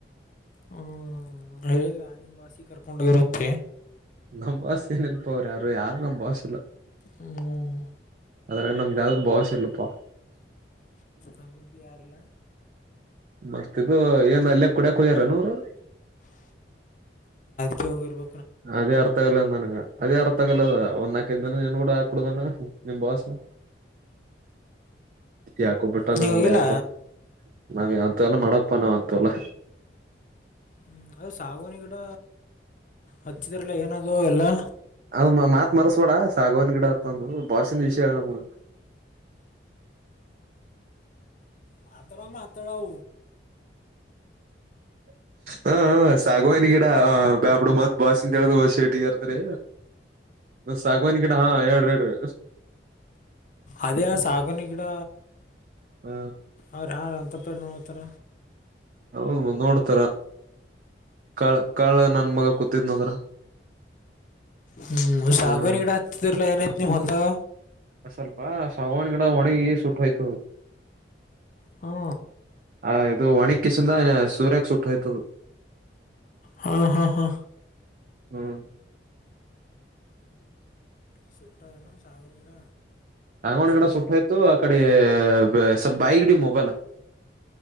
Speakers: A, on the left (about 45°); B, on the right (about 45°).
A: ಹ್ಮ್ ಹೇಳಿಲ್ಲ ನಿಮ್ಮಾಸಿ ಕರ್ಕೊಂಡೋಗಿರುವಂತೆ
B: ನಮ್ ಬಾಸ್ ಏನ ಇಲ್ಪ ಅವ್ರರು ಯಾರು ಯಾರ ನ್ ಬಸ್
A: ಹ್ಮ್
B: ಅದ್ರಾಗ ನಮ್ಗೆ ಯಾರ ಬಸೆ ಇಲ್ಲಪ್ಪಾ
A: ನಮಗೆ ಭೀ ಯಾರಿಲ್ಲ
B: ಮತ್ತಿದದು ಏನ್ ಅಲ್ಲೇ ಕುಡಿಯ ಕುದಿಯಾರ ನೂರು
A: ಕೆವುಗ ಬ
B: ಅದೇ ಅರ್ಥ ಆಗಲ್ಲ ನನಗ ಅದೇ ಅರ್ಥ ಆಗಲ್ಲ ಅದ ಒಂದ್ ನಾಕೈದ ದಿನ ನೀನ್ ಕೂಡ ಹಾಕ ಕುಡುದನ ನಿಮ್ ಬಾಸ್ ಹ ಯಾಕೋ ಬಿಟ್ಟ
A: ನೀವು
B: ನೋಡ
A: ಹೋಗಿಲ್ಲ
B: ಯಾಕೋ ನಾವ ಅಂತ ಎಲ್ಲ ಮಾಡ ಪ್ಪನವತ್ತು ಅಲ್ಲ
A: ಹ್ಮ್ ಅದ ಸಾಗುವನಿ ಗಿಡ ಹಚ್ಚಿದ್ರಲ್ಲ ಏನದು ಎಲ್ಲಾ
B: ಅದ ಮಾತ್ ಮರಸ್ಬೇಡ ಸಾಗವನ್್ ಗಿಡ ಅತ್ಂದು ಭಾಷಿನ ವಿಷಯ ಹೇಳ ನಮ್ಮ
A: ಮಾತಡ ಮಾತಡ ಹ
B: ಹಾ ಸಾಗುವನಿ ಗಿಡ ಆ ಬ್ಯಾಬಡು ಮತ್ ಬಾಸ್ಂತ ಹೇಳಿದ ಶಟಗರ್ತ್ರಿ ಸಾಗವಾಣಿ ಗಿಡ ಹಾ ಎರಡ್ರ ಎರಡಿ
A: ಅದೇ ಸಕಣೆ ಕಿಡ
B: ಹ
A: ಅವ್ರ ಯಾರ ತ್ತಪ್ಪ ನೋ ಥರ
B: ಹೌದು ನೋಡ್ತಾರ ಕಾ ಕಾಳ ನನ್ ಮಗ ಕೂತಿದ್ನಂದ್ರ
A: ಹ್ಮ್ ಸಾಗವನ
B: ಹ್ಮ್
A: ಇ ಕಡೆ ಹತತಲ್ಲ ಎಏನ್ ನೀ ಹೊಲ್ದಾಗ
B: ಅ ಸ್ವಲ್ಪ ಸಾವಾಣ್ ಗಿಡ ಒಣಗಿ ಸುಟ್ಟು ಹಯ್ತದ
A: ಹಾ
B: ಆ ಇದು ಒಣಿ ಕಿಸಿಂದ ಸೂರ್ಯಕ್ ಸುಟ್ಟ ಹೋಯ್ತದ
A: ಹಾ ಹಾ ಹಾ
B: ಹ್ಮ್
A: ಸುಟ್ಟ ಏನು ಸಾವನಗಿಡ
B: ಸಾಂಗಣಗಡ ಸುಟ್ಟ ಇತು ಅ ಕಡೆ ಸ್ವಲ್ ಬಾಯಗಡಿ ಮೊಬೈಲ್